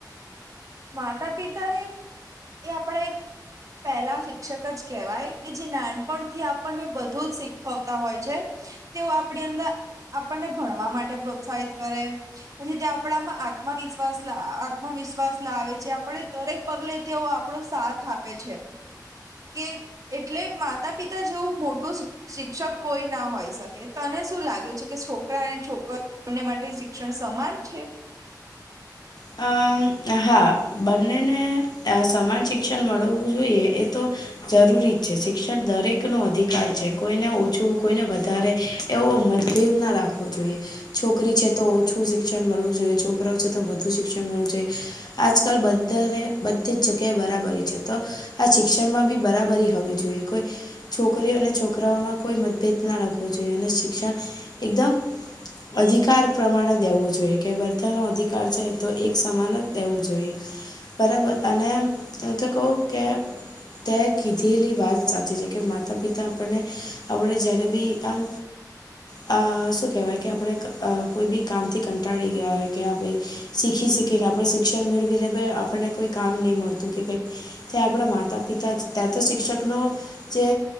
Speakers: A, on the right (about 50°); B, on the left (about 70°).
A: માતા પિતાએ એ આપણા એક પહેલા શિક્ષક જ કહેવાય કે જે નાનપણથી આપણને બધું જ શીખવતા હોય છે. તેઓ આપણી અંદર આપણને ભણવા માટે પ્રોત્સાહિત કરે. પછી તે આપણામાં આત્મવિશ્વાસ લા આત્મવિશ્વાસ લાવે છે. આપણે દરેક પગલે તેઓ આપણો સાથ આપે છે. કે એટલે માતા પિતા જેવું મોટું શિક્ષક કોઈ ના હોય શકે. તને શું લાગે છે કે છોકરા અને છોક એમને માટે શિક્ષણ સમાન છે?
B: અમ હા બંનેને સમાન શિક્ષણ મળવું જોઈએ એ તો જરૂરી જ છે. શિક્ષણ દરેકનો અધિકાર છે. કોઈને ઓછું કોઈને વધારે એવો મતભેદ ના રાખવો જોઈએ. છોકરી છે તો ઓછું શિક્ષણ મળવું જોઈએ, છોકરાઓ છે તો વધુ શી શિક્ષણ મળવું જોઈએ. આજકાલ બધાને બધી જ જગ્યાએ બરાબરી છે તો આ શિક્ષણમાં બી બરાબરી હોવી જોઈએ. કોઈ છોકરીઓ અને છોકરાઓમાં કોઈ મતભેદ ના રાખવો જોઈએ. અને શિક્ષણ એકદમ અધિકાર પ્રમાણે દેવું જોઈએ કે બધાં નો અધિકાર છે. તો એક સમાન જ દેવું જોઈએ. બરાબર અને હું તો કહું કે તે કીધેલી વાત સાચી છે. કે માતા પિતા આપણને આપણે જ્યારે બી આમ અ શું કેહેવાય કે આપણે કોઈ બી કામથી કંટાળી ગયા હોય કે આ ભાઈ શીખી શીખીને આપણે શિક્ષણ મેળવીને આપણને કોઈ કામ નહી મળતું કે તે આપણા માતા પિતા જ ત્યાં તો શિક્ષક નો જે